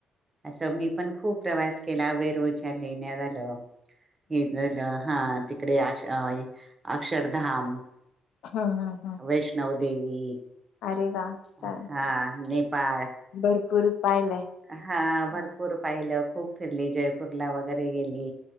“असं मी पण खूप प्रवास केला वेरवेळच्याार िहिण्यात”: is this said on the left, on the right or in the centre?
Right